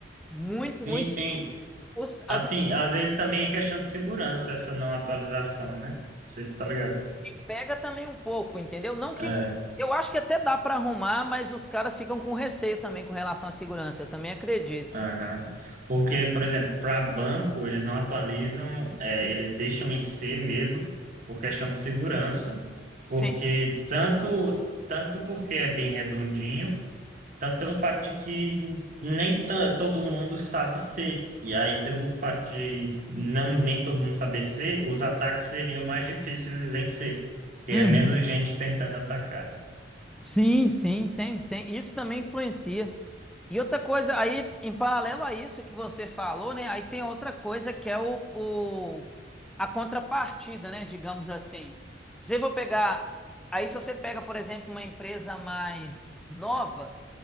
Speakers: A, in the centre; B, on the right.
A: Muito,
B: Sim,
A: muito.
B: sim.
A: Os,
B: Assim,
A: as assim,
B: às vezes também é questão de segurança essa não atualização, né? Não sei se tá ligado.
A: pega também um pouco, entendeu? Não que
B: É,
A: eu acho que até dá para arrumar, mas os caras ficam com receio também com relação à segurança. Eu também acredito.
B: aham. Porque, por exemplo, para banco, eles não atualizam, é, eles deixam em C mesmo, por questão de segurança,
A: Sim.
B: porque tanto, tanto porque é bem redondinho, Tanto pelo fato de que nem ta- todo mundo sabe ser. E aí, pelo fato de não nem todo mundo saber ser, os ataques seriam mais difíceis em ser, porque
A: Uhum.
B: é menos gente tentando atacar. né?
A: Sim, sim, tem, tem. Isso também influencia. E outra coisa, aí, em paralelo a isso que você falou, né? Aí tem outra coisa que é o, o- a contrapartida, né? Digamos assim. Se eu vou pegar. Aí, se você pega, por exemplo, uma empresa mais nova